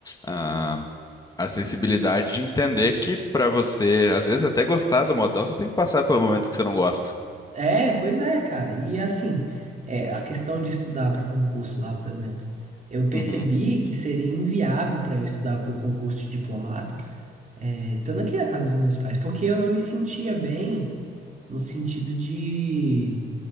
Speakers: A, on the left (about 20°); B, on the right (about 35°).
A: a, a sensibilidade de entender que pra você, às vezes até gostar do modão, você tem que passar pelo momento que você não gosta.
B: É, pois é, cara. E assim, é, a questão de estudar para o concurso lá, por exemplo, eu percebi
A: Uhum.
B: que seria inviável para eu estudar para o concurso de diplomata, é, estando aqui na casa dos meus pais, porque eu não me sentia bem no sentido de,